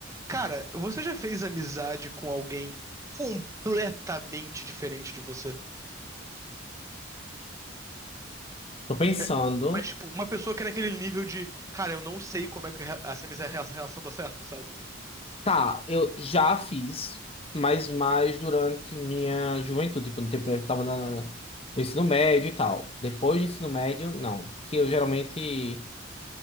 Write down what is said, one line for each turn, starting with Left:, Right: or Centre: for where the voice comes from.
Right: Cara, você já fez amizade com alguém completamente diferente de você?
Left: Tô pensando.
Right: É, mas, tipo, uma pessoa que era aquele nível de, cara, eu não sei como é que re- essa amizade, essa relação dá certo, sabe?
Left: Tá, eu já fiz, mas mais durante minha juventude, tipo, no tempo que eu tava na, no ensino médio e tal. Depois do ensino médio, não. Porque eu geralmente